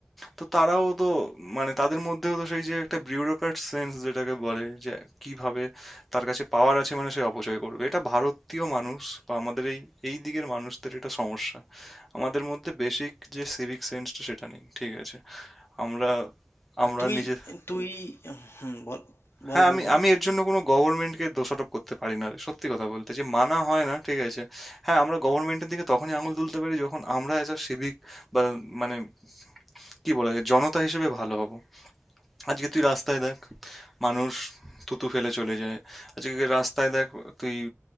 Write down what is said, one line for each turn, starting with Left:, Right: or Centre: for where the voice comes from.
Centre: তো তারাও তো মানে তাদের মধ্যেও তো সেই যে একটা বিউরোক্র্যাট সেন্স যেটাকে বলে যে কিভাবে তার কাছে পাওয়ার আছে মানে সে অপচয় করবে এটা ভারতীয় মানুষ বা আমাদের এই এই দিকের মানুষদের এটা সমস্যা আমাদের মধ্যে বেসিক যে সিভিক সেন্সটা সেটা নেই ঠিক আছে আমরা আমরা
Left: তুই
Centre: নিজে
Left: তুই হুম বল বল
Centre: হ্যাঁ,
Left: বল
Centre: আমি
Left: বল
Centre: আমি এর জন্য কোনো গভর্নমেন্টকে দোষারোপ করতে পারি না। সত্যি কথা বলতে যে মানা হয় না, ঠিক আছে? হ্যাঁ, আমরা গভর্নমেন্টের দিকে তখনই আঙুল তুলতে পারি যখন আমরা as a civic বা মানে কি বলা যায়? জনতা হিসেবে ভালো হব। আজকে তুই রাস্তায় দেখ মানুষ থুতু ফেলে চলে যায়। আজকে রাস্তায় দেখ তুই